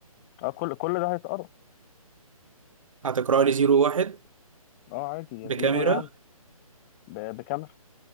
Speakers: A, on the left; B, on the right.
A: اه كل كل ده هيتقرا
B: هتقرا لي زيرو واحد
A: اه عادي يا
B: بكاميرا
A: زيرو يا ون ب- بكاميرا